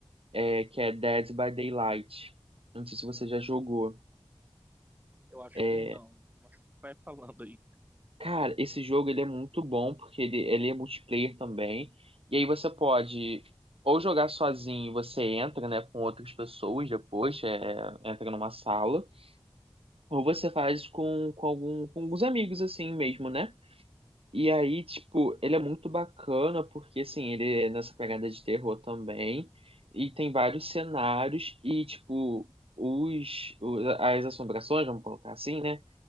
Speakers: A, on the right (about 75°); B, on the right (about 15°).
A: é, que é Dead by Daylight. Não sei se você já jogou.
B: Eu acho
A: É,
B: que não, mas vai falando aí.
A: cara, esse jogo ele é muito bom, porque ele, ele é multiplayer também, e aí você pode ou jogar sozinho, você entra, né, com outras pessoas depois, é, entra numa sala, Ou você faz com, com, algum, com alguns amigos, assim mesmo, né? E aí, tipo, ele é muito bacana, porque, assim, ele é nessa pegada de terror também. E tem vários cenários, e, tipo, os, o- as assombrações, vamos colocar assim, né?